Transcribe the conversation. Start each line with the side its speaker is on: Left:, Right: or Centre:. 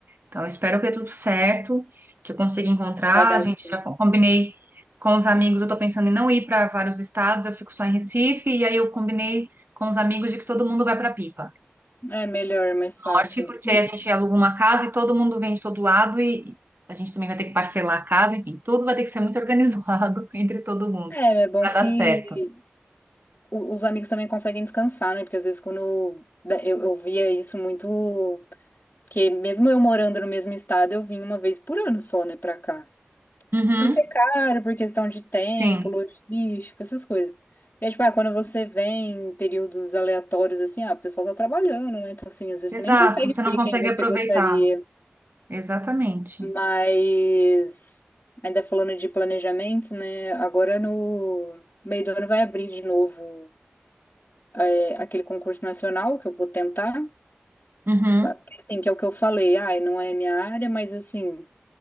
Right: Então, eu espero que dê tudo certo, que eu consiga encontrar.
Left: Vai dar
Right: A gente
Left: assim.
Right: já co- combinei com os amigos, eu estou pensando em não ir para vários estados, eu fico só em Recife, e aí eu combinei com os amigos de que todo mundo vai para Pipa
Left: É melhor, mais fácil.
Right: norte, porque
Left: né?
Right: a gente aluga uma casa e todo mundo vem de todo lado e a gente também vai ter que parcelar a casa, enfim, tudo vai ter que ser muito <laughs> organizado entre todo mundo
Left: É, é bom
Right: para
Left: que
Right: dar certo.
Left: o- os amigos também conseguem descansar, né? Porque às vezes quando da- eu, eu via isso muito. Porque mesmo eu morando no mesmo estado, eu vim uma vez por ano só, né, pra cá.
Right: Uhum,
Left: Por ser caro, por questão de tempo,
Right: sim,
Left: logística, essas coisas. E é tipo, ah, quando você vem em períodos aleatórios, assim, ah, o pessoal tá trabalhando, né? Então, assim, às vezes
Right: exato.
Left: você nem consegue
Right: Você não
Left: ver
Right: consegue
Left: quem você
Right: aproveitar.
Left: gostaria.
Right: Exatamente.
Left: Mas, ainda falando de planejamento, né? Agora no meio do ano vai abrir de novo é, aquele concurso nacional que eu vou tentar.
Right: Uhum,
Left: sabe? Assim, que é o que eu falei, ai, não é minha área, mas assim,